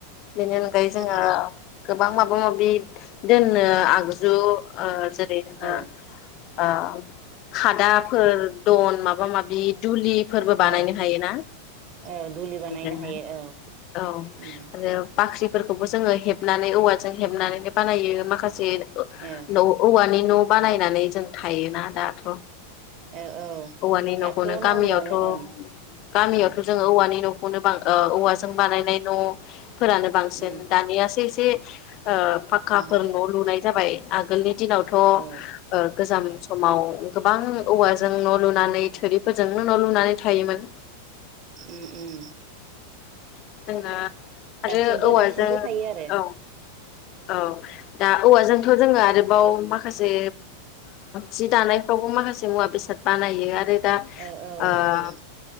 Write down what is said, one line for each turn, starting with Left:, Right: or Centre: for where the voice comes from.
Left: बेनो ओमफ्राय जोङो
Right: औ
Left: बां माबा माबि दोन नो आगजु जेरै जोङो
Right: औ
Left: बा खादाफोर दन माबा माबि दुलिफोरबो बानायनो
Right: औ
Left: हायोना
Right: औ दुलि बानायनो
Left: जोंनो
Right: हायो औ
Left: औ
Right: उम
Left: आरो बाख्रिफोरखौबो जोङो हेबनानै औवाजों हेबनानैनो बानायो माखा से
Right: औ
Left: न औवानि न' बानायनानै जों थायोना दाथ'
Right: औ औ
Left: औवानि
Right: दाथ'
Left: न'खौनो गामियावथ'
Right: नांगोआनो ओं
Left: गामियावथ'
Right: औ
Left: जोङो औवानि न' बां औवाजों बानायनाय न' फोरानो बांसिन
Right: उम
Left: दानियासो एसे <unintelligible> ओ फाक्काफोर
Right: औ
Left: जाबाय आगोलनि दिनावथ
Right: औ
Left: गोजाम समाव गोबां औवाजों न लुनानै थिफोरजोंनो न लुनानै थायोमोन
Right: उम उम
Left: <unintelligible> आरो
Right: दासिमबो
Left: औवाजों
Right: दासिमबो थायो आरो
Left: औ औ दा औवाजों थ' जोंङो आरोबाव माखासे जि दानायफ्रावबो माखासे मुवा बेसाद बानायो आरो दा
Right: औ औ
Left: ओ
Right: बाहायो